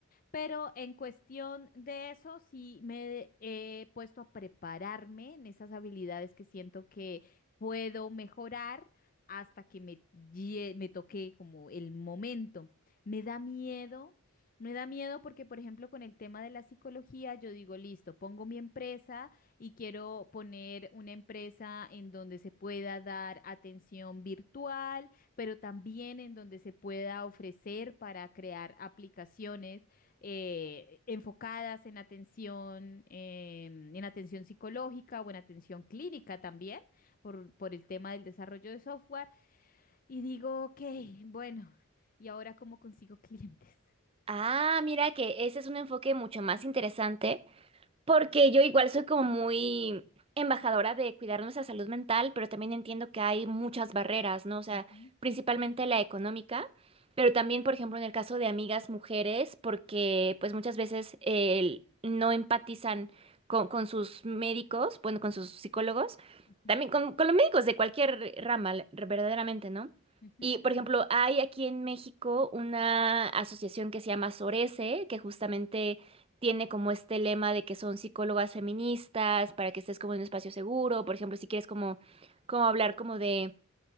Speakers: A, on the left (about 40°); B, on the right (about 25°).
A: Pero en cuestión de eso, sí me he puesto a prepararme en esas habilidades que siento que puedo mejorar hasta que me, lle- me toque como el momento. Me da miedo. Me da miedo porque, por ejemplo, con el tema de la psicología, yo digo, listo, pongo mi empresa y quiero poner una empresa en donde se pueda dar atención virtual, pero también en donde se pueda ofrecer para crear aplicaciones eh, enfocadas en atención, em, en atención psicológica o en atención clínica también, por, por el tema del desarrollo de software. Y digo, ok, bueno, ¿y ahora cómo consigo clientes?
B: Ah, mira que ese es un enfoque mucho más interesante Porque yo igual soy como muy embajadora de cuidar nuestra salud mental, pero también entiendo que hay muchas barreras, ¿no? O sea,
A: Ujú,
B: principalmente la económica, pero también, por ejemplo, en el caso de amigas mujeres, porque pues muchas veces eh, no empatizan con, con sus médicos, bueno, con sus psicólogos,
A: ujú,
B: también con, con los médicos de cualquier rama, la- verdaderamente, ¿no?
A: ujú,
B: Y, por ejemplo, hay aquí en México una asociación que se llama SORECE, que justamente tiene como este lema de que son psicólogas feministas, para que estés como en un espacio seguro, por ejemplo, si quieres como, como hablar como de